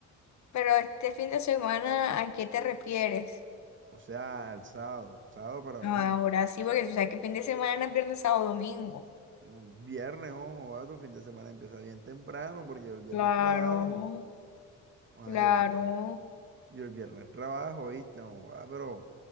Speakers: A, on the left; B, on the right.
A: Pero este fin de semana, ¿a qué te refieres?
B: O sea, al sábado, sábado para domingo.
A: No, ahora sí, porque tú sabes que fin de semana es viernes, sábado, domingo.
B: Mm, Viernes, ojo, va, tu fin de semana empieza bien temprano porque yo el viernes
A: Claro,
B: trabajo. Joder,
A: claro.
B: yo, el, vi- yo el viernes trabajo, ¿viste? Joder, pero,